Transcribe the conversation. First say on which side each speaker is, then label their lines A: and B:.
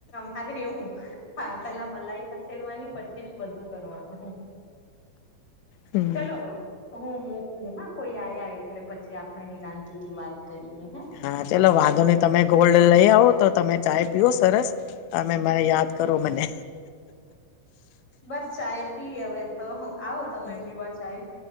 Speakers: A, on the left; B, on the left.
A: અરે હું પેલા મલાઈ ખસેડવાની પછી જ બધું કરવાનું.
B: હમ
A: ચલો. હું મોકું હા કોઈ આયા એટલે પછી આપડે નિરાંતીથી વાત કરીએ હ.
B: હા ચલો વાંધો નહી તમે ગોલ્ડ લઈ આવો તો તમે ચાય પીઓ સરસ. તમે મને યાદ કરો મને.
A: બસ ચાય પી હવે તો હું આવો તમે
B: હે
A: પીવા ચાય